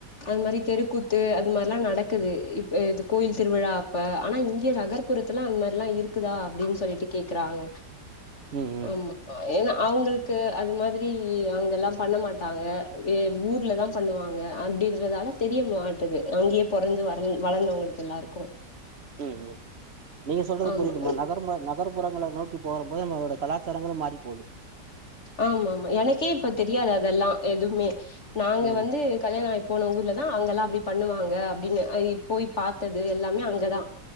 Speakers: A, on the left (about 40°); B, on the right (about 45°).
A: அந்மாரி தெருக்கூத்து அது மார்ல்லா நடக்குது இப்ப இது கோயில் திருவிழா அப்ப ஆனா இங்கியே நகர் புறத்தெல்லா அந்மாரில்லா இருக்குதா அப்டின் சொல்லிட்டு கேக்குறாங்க
B: ம் ம்
A: ஆமா ஏனா அவுங்களுக்கு அது மாதிரி அவுங்கல்லா பண்ண மாட்டாங்க ஏ ஊர்லதா பண்ணுவாங்க அப்டின்றதால தெரிய மாட்டது அங்கேயே பொறந்து வ வளந்தவங்களுக்கு எல்லாருக்கு
B: ம் ம் நீங்க சொல்றது
A: ஆமா
B: புரிய்துமா நகர்மா நகர் புறங்கள நோக்கி போறம்போது நம்மளோட கலாச்சாரங்களும் மாரி போது
A: ஆமாமா எனக்கே இப்ப தெரியாது அதெல்லா எதுமே நாங்க
B: ம்
A: வந்து கல்யாணாயி போன ஊர்ல தா அங்கெல்லா அப்டி பண்ணுவாங்க அப்படின்னு அதியி போய் பாத்தது எல்லாமே அங்கதா